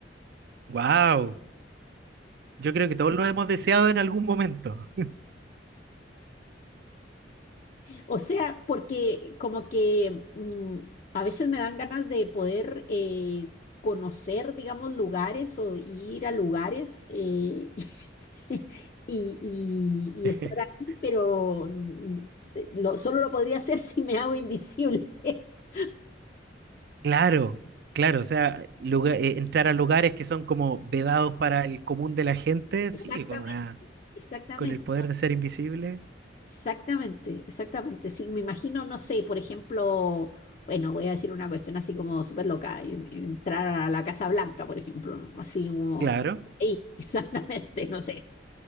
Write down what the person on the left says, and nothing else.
O sea, porque como que mm, a veces me dan ganas de poder eh, conocer, digamos, lugares o ir a lugares eh, <laughs> y, y- y
estar ahí, pero mm, eh, lo- solo lo podría hacer <laughs> si me hago invisible. <laughs>
Exactamente,
exactamente.
Exactamente, exactamente. Sí, me imagino, no sé, por ejemplo, bueno, voy a decir una cuestión así como súper loca, en- entrar a la Casa Blanca, por ejemplo, ¿no? así como,
que- ey, <laughs> exactamente, no sé.